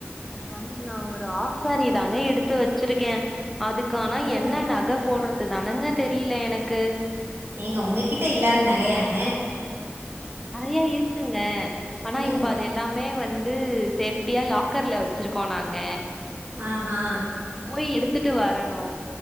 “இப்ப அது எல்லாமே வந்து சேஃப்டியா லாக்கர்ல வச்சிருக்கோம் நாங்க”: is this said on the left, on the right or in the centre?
Centre